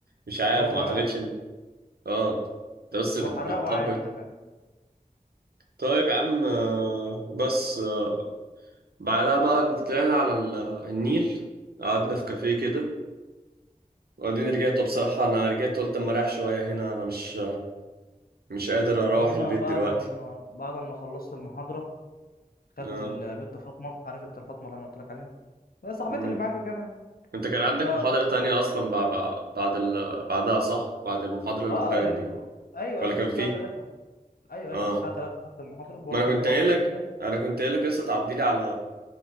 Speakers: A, on the right (about 80°); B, on the left (about 70°).
A: مش عارف
B: هو حراق
A: ما اعتقدش ان اه انت بس
B: هو
A: بت...
B: حراق
A: بتطبل
B: وعادي كمان
A: طيب يا عم آه، بس آه، بعدها بقى طلعنا على ال- النيل قعدنا في كافيه كده وبعدين رجعت بصراحة أنا رجعت قلت أما أريح شوية هنا أنا مش مش قادر أروح
B: وانا
A: البيت
B: بعد
A: دلوقتي
B: ما بعد ما خلصت المحاضره خدت
A: آه
B: البت فاطمه عارف انت الفاطمه اللي انا قلت لك عليها هي صاحبتي
A: مم.
B: اللي معايا في الجامعه دي
A: أنت كان عندك
B: خدتها
A: محاضرة
B: رحت
A: تانية
B: مع-
A: أصلا بعد بعد ال... بعدها صح؟ بعد المحاضرة اللي
B: اه
A: اتلغت
B: ال...
A: دي هو
B: ايوه
A: ولا
B: ايوه كانت
A: كان
B: الساعه
A: فيه؟
B: 3 ايوه ايوه
A: آه
B: كانت الساعه 3 خدت المحاضره بقول
A: ما
B: لك
A: أنا
B: كانت
A: كنت
B: محاضره
A: قايل لك
B: كيمياء
A: أنا كنت قايل لك لسه تعدي لي على